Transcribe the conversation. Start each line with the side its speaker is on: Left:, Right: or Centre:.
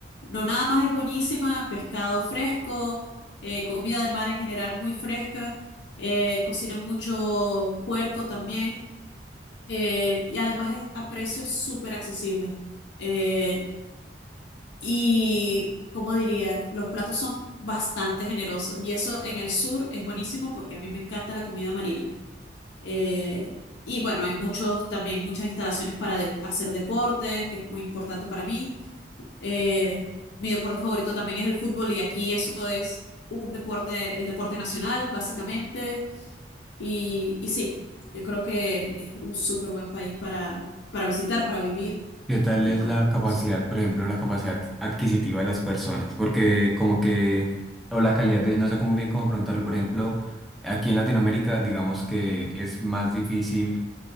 Left: No nada más es buenísima, pescado fresco, eh, comida de mar en general muy fresca, eh, cocinan mucho puerco también, eh, y además es a precios súper accesibles. Eh, y, como diría, los platos son bastante generosos. Y eso en el sur es buenísimo porque a mí me encanta la comida marina. Eh, y bueno, hay muchos, también muchas instalaciones para de- hacer deporte, que es muy importante para mí. Eh, mi deporte favorito también es el fútbol y aquí eso es un deporte, el deporte nacional, básicamente. Y, y sí, yo creo que es un súper buen país para, para visitar, para vivir.
Centre: ¿Qué tal
Left: Y
Centre: es
Left: bueno,
Centre: la capacidad,
Left: eso.
Centre: por ejemplo, la capacidad adquisitiva de las personas? Porque como que, o la calidad de, no sé cómo bien cómo preguntarlo, por ejemplo, aquí en Latinoamérica, digamos que es más difícil